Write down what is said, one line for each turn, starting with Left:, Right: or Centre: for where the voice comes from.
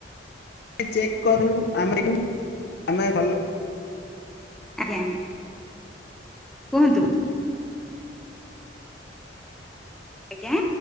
Left: ଚେକ୍ କରୁ ଆମେ ଆମେ ଭଲ <unintelligible>
Centre: ଆଜ୍ଞା କୁହନ୍ତୁ? ଆଜ୍ଞା